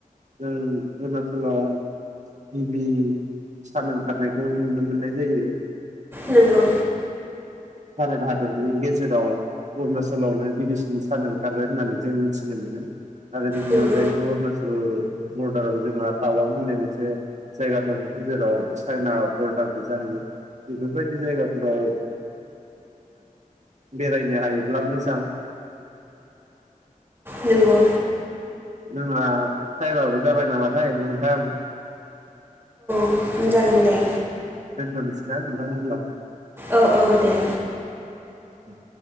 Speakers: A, on the right; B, on the right.
A: जों अरुणाचलाव गिबि सान ओंखारनायखौ नुनो मोन नाय जायो।
B: नंगौ
A: भारत हादरनि गेजेराव अरुणचलावनो गिबिसिन सान ओंखारो होननानै जों मिथिनो मोनो आरो बिनि
B: नंगौ
A: अनगायैबो अरुनाचल बरडाराव जोंहा टावां होननाय मोनसे जायगा दङ जेराव चाइना बर <unintelligible> जाहैयो बेफोरबायदि जायगाफोराव बेरायनो हायोब्ला मोजां।
B: नंगौ।
A: जोंहा टाइमाबो जाबाय नामाथाय नोंथां?
B: उम जागोन दे।
A: दोनथ'नोसै ना नोंथां अब्ला?
B: औ औ दे
A: उम।